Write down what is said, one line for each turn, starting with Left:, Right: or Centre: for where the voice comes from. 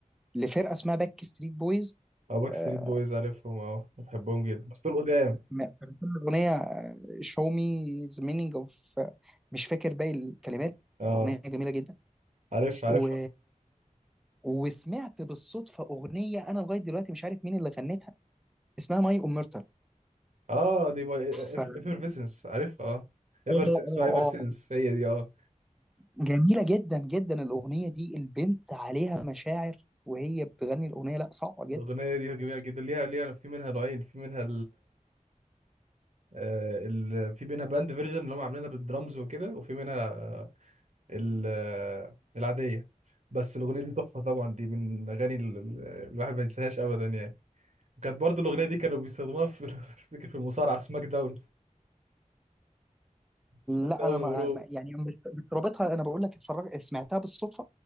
Centre: لفرقه اسمها باك ستريت بويز
Right: او باك
Centre: آه،
Right: ستريت بويز عارفهم اه بحبهم جدا بس دول قدام
Centre: م- الاغنيه شو مي ذا مينينج اوف مش فاكر باقي الكلمات
Right: اه
Centre: الاغنيه جميله جدا
Right: عارف عارف
Centre: و... وسمعت بالصدفه اغنيه انا لغايه دلوقتي مش عارف مين اللي غنتها اسمها ماي اومرتال
Right: اه دي باي
Centre: ف اه
Right: ايفرفيسنس عارف اه ايفر
Centre: اه
Right: اسمها ايفر
Centre: اه
Right: سينس هي دي اه
Centre: جميله جدا جدا الاغنيه دي البنت عليها مشاعر وهي بتغني الاغنيه لا صعبه جدا
Right: الاغنيه دي جميله جدا ليها ليها في منها نوعين في منها آه، ال- في منها باند فيرجن اللي هم عاملينها بالدرامز وكده وفي منها آه، ال- آه، العادية بس الأغنية دي تحفة طبعا دي من الأغاني ال- ال- الواحد ما ينساهاش أبدا يعني وكانت برضو الأغنية دي كانوا بيستخدموها في <laughs> افتكر في المصارعة سماك داون سماك
Centre: لا
Right: داون
Centre: انا ما
Right: ورو
Centre: ما- يعني مش مش رابطها انا بقول لك اتفرج سمعتها بالصدفه